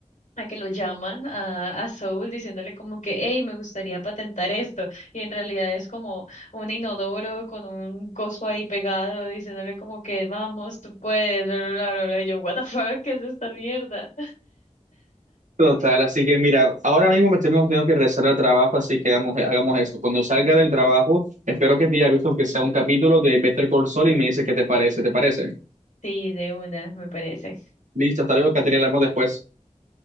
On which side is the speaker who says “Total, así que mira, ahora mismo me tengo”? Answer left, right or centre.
Right